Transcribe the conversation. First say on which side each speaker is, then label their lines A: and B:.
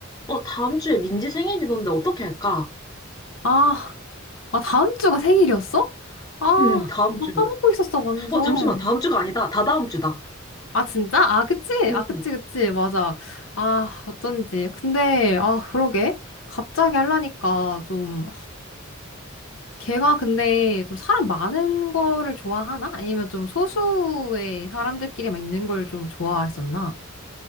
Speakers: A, on the left; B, on the left.
A: 어, 다음 주에 민지 생일이던데 어떻게 할까?
B: 아, 아, 다음 주가 생일이었어? 아,
A: 음, 다음
B: 나
A: 주.
B: 까먹고 있었어, 완전.
A: 어, 잠시만. 다음 주가 아니다. 다다음 주다.
B: 아, 진짜? 아, 그치?
A: 응.
B: 아, 그치,
A: 응.
B: 그치. 맞아. 아, 어쩐지. 근데, 아, 그러게. 갑자기 하려니까 좀, 걔가 근데 좀 사람 많은 거를 좋아하나? 아니면 좀 소수의 사람들끼리만 있는 걸 좀 좋아했었나?